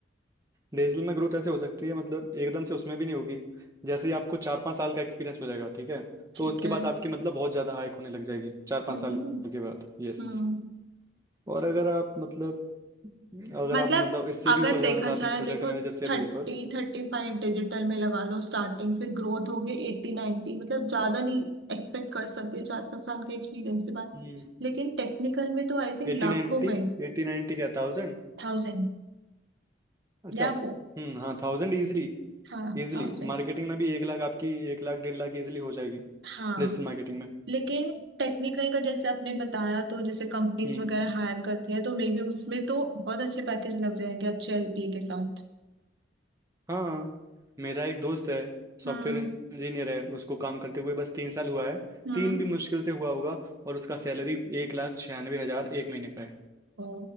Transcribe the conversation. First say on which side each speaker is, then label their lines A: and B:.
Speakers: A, on the right; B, on the right.
A: डिजिटल में ग्रोथ ऐसे हो सकती है मतलब एकदम से उसमें भी नहीं होगी जैसे ही आपको चार पाँच साल का एक्सपीरियंस हो जाएगा ठीक है
B: ठीक
A: तो उसके
B: है
A: बाद
B: हम्म
A: आपकी मतलब बहुत ज़्यादा हाइक होने लग जाएगी चार पाँच
B: हम्म
A: साल के बाद यस
B: हम्म।
A: और अगर आप मतलब अगर
B: मतलब
A: आप मतलब इससे
B: अगर
A: भी ऊपर जाना
B: देखा
A: चाहते
B: जाए
A: हैं प्रोजेक्ट
B: देखो
A: मैनेजर से
B: थर्टी
A: भी ऊपर
B: थर्टी फाइव डिजिटल में लगा लो स्टार्टिंग फिर ग्रोथ होगी एट्टी नाइन्टी मतलब ज्यादा नहीं एक्सपेक्ट कर सकते चार पाँच साल के एक्सपीरियंस के बाद
A: हम्म
B: लेकिन टेक्निकल में तो आई थिंक
A: एटी
B: लाखों
A: नाइन्टी
B: में
A: एटी नाइन्टी क्या थाउजेंड
B: थाउजेंड
A: अच्छा
B: या
A: हम्म
B: वो
A: हाँ थाउजेंड इजिली
B: हाँ
A: इजिली
B: थाउजेंड
A: मार्केटिंग में भी एक लाख आपकी एक लाख डेढ़ लाख इजिली हो जाएगी
B: हाँ
A: डिजिटल मार्केटिंग में
B: लेकिन टेक्निकल का जैसे आपने बताया तो जैसे कंपनीज
A: हम्म
B: वगैरह हायर करती है तो मे बी उसमें तो बहुत अच्छे पैकेज लग जाएंगे अच्छे एलपीए के साथ
A: हाँ मेरा एक दोस्त है सॉफ्टवेयर
B: हम्म
A: इंजीनियर है उसको काम करते हुए बस तीन साल हुआ है
B: हम्म
A: तीन भी मुश्किल से हुआ होगा और उसका सैलरी एक लाख छियानवे हजार एक महीने का है
B: ओ